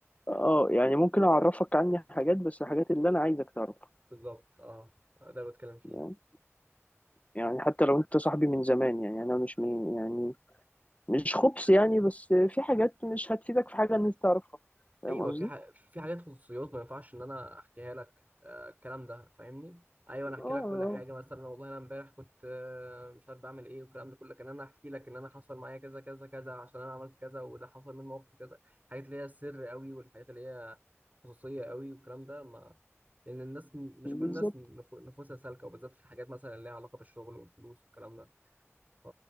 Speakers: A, on the left; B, on the right.
A: اه يعني ممكن اعرفك عني حاجات بس الحاجات اللي انا عايزك تعرفها
B: بالظبط اه ده اللي بتكلم فيه
A: تمام؟ يعني حتى لو انت صاحبي من زمان يعني انا مش من يعني مش خبص يعني بس في حاجات مش هتفيدك في حاجه ان انت تعرفها فاهم
B: ايوه
A: قصدي
B: في ح... في حاجات خصوصيات ما ينفعش ان انا احكيها لك آه الكلام ده فاهمني ايوه انا احكي
A: اه آه،
B: لك كل حاجه مثلا والله انا امبارح كنت آه مش عارف بعمل ايه والكلام ده كله كان انا احكي لك ان انا حصل معايا كذا كذا كذا عشان انا عملت كذا وده حصل مني موقف كذا الحاجات اللي هي السر قوي والحاجات اللي هي خصوصيه قوي والكلام ده ما لان الناس م- مش
A: بالظبط
B: كل الناس نف... نفوسها سالكه وبالذات في الحاجات مثلا اللي ليها علاقه بالشغل والفلوس والكلام ده ف...